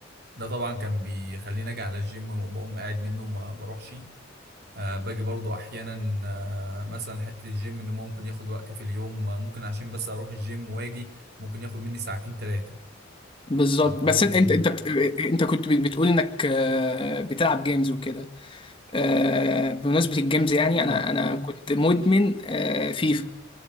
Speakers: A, on the right; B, on the left.
A: ده طبعا كان بيخليني اجي على الجيم وبقوم قاعد منه وما بروحش أه باجي برضو احيانا أه مثلا حته الجيم انه ممكن ياخد وقت في اليوم آه، ممكن عشان بس اروح الجيم واجي ممكن ياخد مني ساعتين ثلاثه
B: بالظبط
A: برضه
B: بس انت انت
A: كان
B: انت
A: ب-
B: بت... انت كنت بت- بتقول انك آه، بتلعب جيمز وكده آه، بمناسبه الجيمز يعني
A: مم.
B: انا انا كنت مدمن آه، فيفا